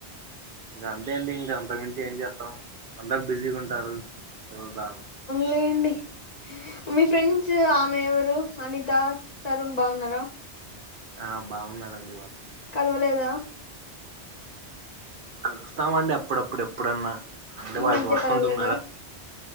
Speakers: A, on the right (about 55°); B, on the left (about 40°).
A: ఇంకా అంతే అండి ఇంకా అంతకు మించి ఏం చేస్తాం అందరు బిజీగా ఉంటారు ఎవరు రారు
B: లేనండి మీ ఫ్రెండ్స్ ఆమె ఎవరు అనిత తరుణ్ బాగున్నారా
A: ఆ బాగున్నారండి వాళ్ళు
B: కలవలేదా
A: కలుస్తామండి అప్పుడప్పుడు ఎప్పుడన్నా అంటే
B: ఈ
A: వాళ్ళకి
B: మధ్య
A: వర్క్
B: కలవలేదా
A: ఉంటాం కదా